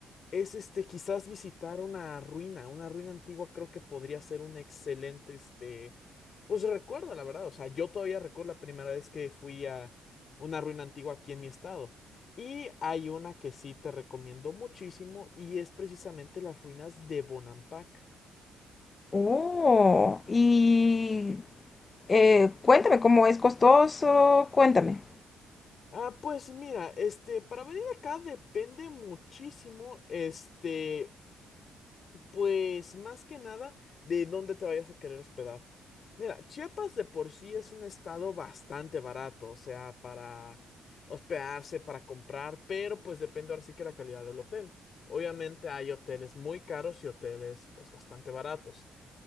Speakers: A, on the left; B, on the left.
A: Es este, quizás visitar una ruina, una ruina antigua creo que podría ser un excelente, este, pues recuerdo, la verdad, o sea, yo todavía recuerdo la primera vez que fui a una ruina antigua aquí en mi estado. Y hay una que sí te recomiendo muchísimo y es precisamente las ruinas de Bonampak.
B: Oh, y eh, cuéntame cómo es costoso, cuéntame.
A: Ah, pues mira, este, para venir acá depende muchísimo, este, Pues más que nada de dónde te vayas a querer hospedar. Mira, Chiapas de por sí es un estado bastante barato, o sea, para hospedarse, para comprar, pero pues depende ahora sí que la calidad del hotel. Obviamente hay hoteles muy caros y hoteles pues bastante baratos.